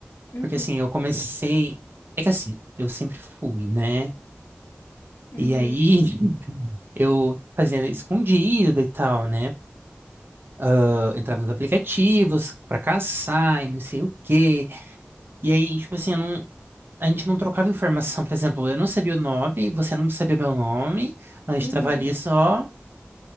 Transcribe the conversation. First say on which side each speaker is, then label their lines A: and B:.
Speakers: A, on the left; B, on the right.
A: Uhum,
B: porque assim, eu comecei. É que assim, eu sempre fui, né?
A: uhum,
B: E aí <laughs> eu fazia escondido e tal, né? Eu entrava nos aplicativos pra caçar e não sei o quê. E aí, tipo assim, eu não, A gente não trocava informação, por exemplo, eu não sabia o nome, você não sabia o meu nome, a gente
A: uhum.
B: estava ali só